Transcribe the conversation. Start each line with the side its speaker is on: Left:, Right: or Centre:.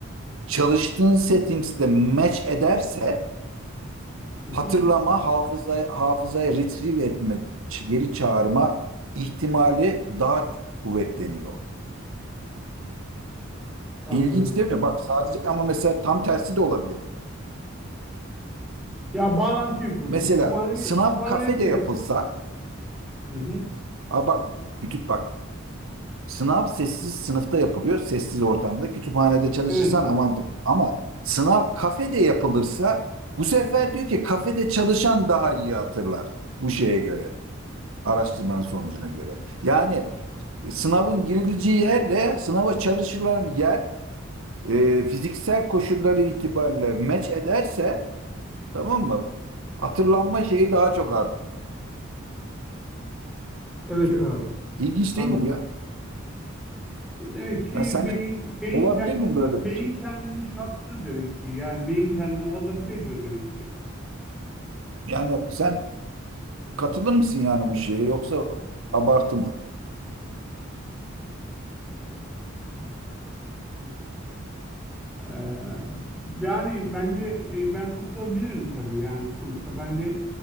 Right: çalıştığın settings'le match ederse
Centre: Hı hı,
Right: hatırlama, hafıza, hafızaya retrieve etme, ç- geri çağırma ihtimali daha kuvvetleniyor.
Centre: anladım.
Right: İlginç değil mi? Bak sadece ama mesela tam tersi de olabilir.
Centre: Ya bağlantıyı kurdun.
Right: Mesela
Centre: Kütüphane,
Right: sınav
Centre: kütüphaneyi
Right: kafede
Centre: seçtin.
Right: yapılsa,
Centre: Hı hı.
Right: ha bak kütüp bak sınav sessiz sınıfta yapılıyor, sessiz ortamda kütüphanede çalışırsan
Centre: Evet abi.
Right: avantaj. Ama sınav kafede yapılırsa bu sefer diyor ki kafede çalışan daha iyi hatırlar bu şeye göre, araştırmanın sonucuna göre. Yani e, sınavın girileceği yerle sınava çalışılan yer e, fiziksel koşulları itibariyle meç ederse Tamam mı? Hatırlanma şeyi daha çok
Centre: Evet
Right: artıyor.
Centre: abi.
Right: İlginç
Centre: Anladım.
Right: değil mi bu ya?
Centre: E Demek ki
Right: Yani sence
Centre: beyin beyin
Right: olabilir
Centre: kendini
Right: mi böyle
Centre: beyin
Right: bir şey?
Centre: kendini şartlıyor demek ki. Yani beyin kendini adapte ediyor demek ki.
Right: Yani sen katılır mısın yani bu şeye yoksa abartı mı?
Centre: Ee, yani bence e, ben katılabilirim tabii yani sonuçta ben de